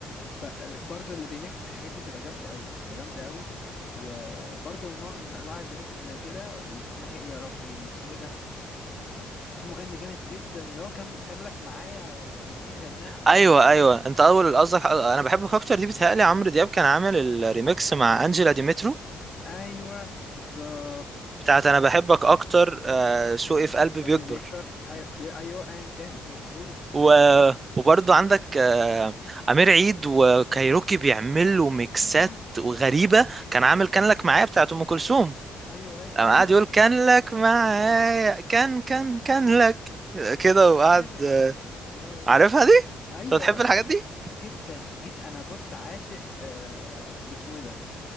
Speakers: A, on the left (about 40°); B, on the right (about 35°).
A: فبرضه الريميكس الحاجات دي بتبقى جامده قوي بتبقى جامده قوي وبرضه من نوع من انواع الريميكس زي كده اللي اسمها ايه يا ربي اللي اسمه ايه ده ال- في مغني جامد جدا اللي هو كان كان لك معايا كان مين غناها
B: ايوه ايوه انت اول قصدك انا بحبك اكتر دي بتهيألي عمرو دياب كان عامل الريميكس
A: مم.
B: مع انجيلا ديمترو
A: ايوه بالظبط
B: بتاعت
A: بالظبط
B: انا بحبك اكتر آه،
A: الله.
B: شوقي في قلبي
A: فالبي
B: بيكبر
A: بيكتر ايوه بي- ايوه ايا كان <laughs> مظبوط
B: و...
A: مظبوط
B: وبرضه عندك آه، أمير عيد وكايروكي بيعملوا ميكسات
A: ايوه
B: غريبة كان عامل كان لك معايا بتاعت أم كلثوم
A: ايوه ايوه
B: قام
A: ايوه
B: قاعد يقول كان لك معايا كان كان كان لك كده
A: جامد
B: وقعد آه،
A: جامد
B: عارفها دي؟
A: ايوه
B: أنت بتحب الحاجات دي؟
A: جدا جدا انا بص عاشق آه اللي اسمه ايه ده